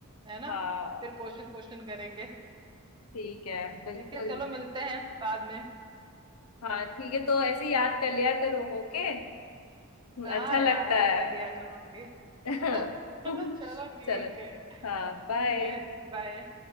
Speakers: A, on the right; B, on the left.
A: है ना
B: हाँ
A: फिर क्वेश्चन क्वेश्चन करेंगे
B: ठीक है बिल्कुल
A: ठीक है चलो मिलते हैं बाद में
B: हाँ ठीक है तो ऐसे याद कर लिया करो ओके
A: हाँ
B: अच्छा लगता
A: यार
B: है
A: कर लिया करूंगी
B: <laughs>
A: <laughs> चलो ठीक
B: चलो
A: है
B: हाँ बाय
A: Okay bye